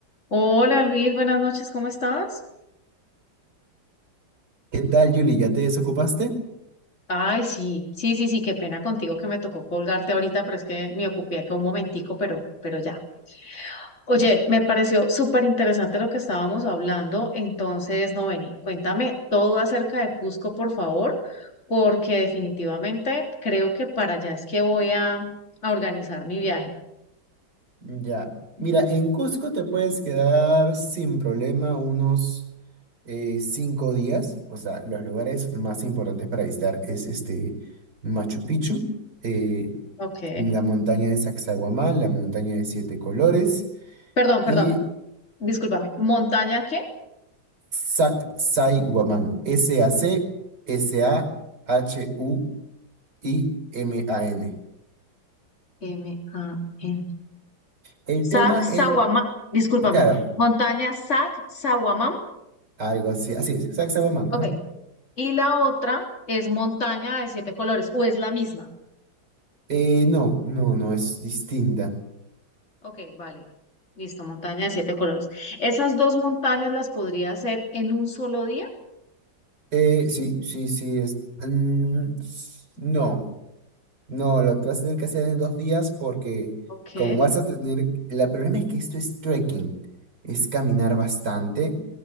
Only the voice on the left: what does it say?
Hola Luis, buenas noches, ¿cómo estás?
Ay, sí, sí, sí, sí, qué pena contigo que me tocó colgarte ahorita, pero es que me ocupé acá un momentico, pero, pero ya. Oye, me pareció súper interesante lo que estábamos hablando, entonces, no vení, cuéntame todo acerca de Cusco, por favor, porque definitivamente creo que para allá es que voy a, a organizar mi viaje.
Ok,
perdón, perdón,
discúlpame, ¿montaña qué?
m a n
Sac
Sawamam,
discúlpame,
montaña Sac Sawamam,
ok,
y la otra es montaña de siete colores, o es la misma,
ok, vale, listo, montaña de siete colores. Esas dos montañas las podría hacer en un solo día,
ok,